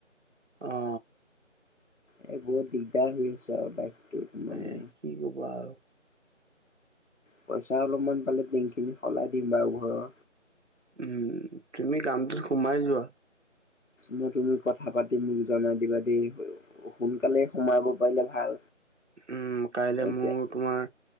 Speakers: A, on the right; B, on the left.
A: অ
B: এ বহুত দিগদাৰ হৈ আছে আৰু বাইকতো <unintelligible>
A: এ কি ক'বা আৰু
B: পইচা অলপমান পালে টিঙ খিনি সলাই দিম বাৰু ঘৰৰ
A: উম, তুমি কামটোত সোমাই যোৱা।
B: মই তুমি কথা পাতি মোক জনাই দিবা দেই সোনকালে সোমাব পাৰিলে ভাল।
A: উম, কাইলে
B: এতিয়া
A: মোৰ তোমাৰ